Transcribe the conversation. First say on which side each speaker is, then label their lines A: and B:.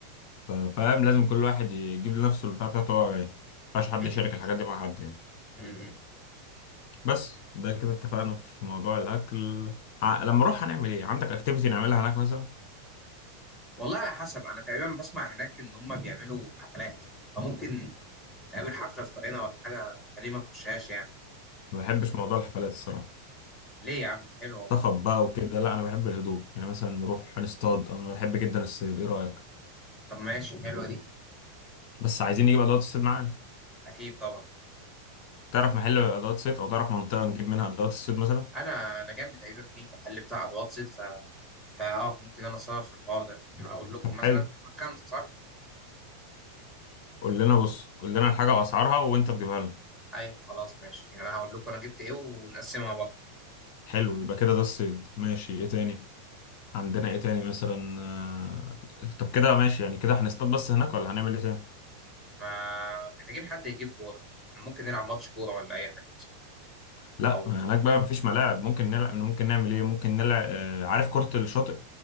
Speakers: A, on the left; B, in the centre.
A: ف- فاهم لازم كل واحد يجيب لنفسه البتاع بتاعته هو جاي مينفعش حد
B: مم.
A: يشارك الحاجات دي مع حد يعني
B: مم.
A: بس ده كده اتفقنا في موضوع الأكل ع- لما أروح هنعمل إيه؟ عندك أكتيفيتي نعملها هناك مثلا؟
B: والله على حسب انا تقريبا بسمع هناك ان هم بيعملوا حفلات فممكن نقابل حفلة في طريقنا ولا حاجة فليه ما نخشهاش يعني
A: ما بحبش موضوع الحفلات الصراحة
B: ليه يا عم دي حلوة والله
A: صخب بقى وكده لا أنا بحب الهدوء يعني مثلا نروح نصطاد أنا بحب جدا الصيد إيه رأيك؟
B: طب ماشي حلوة دي
A: بس عايزين نجيب أدوات الصيد معانا
B: اكيد طبعا
A: تعرف محل أدوات صيد أو تعرف منطقة نجيب منها أدوات الصيد مثلا؟
B: انا انا جنبي تقريبا في محل بتاع ادوات صيد ف... فاه ممكن انا اصرف في الحوار ده يعني هقول لكم
A: طب
B: مثلا
A: حلو
B: خمسه صح
A: قول لنا بص قول لنا الحاجة وأسعارها وأنت تجيبها لنا
B: ايوه خلاص ماشي يعني انا هقول لكم انا جبت ايه ونقسمها برضه
A: حلو يبقى كده ده الصيد ماشي إيه تاني؟ عندنا ايه تاني مثلا آه، طب كده ماشي يعني كده هنصطاد بس هناك ولا هنعمل ايه تاني
B: ما محتاجين حد يجيب كوره ممكن نلعب ماتش كوره ولا اي حاجه مثلا
A: لا
B: او
A: هناك بقى مفيش ملاعب ممكن نلعب ممكن نعمل ايه ممكن نلعب آه، عارف كرة الشاطئ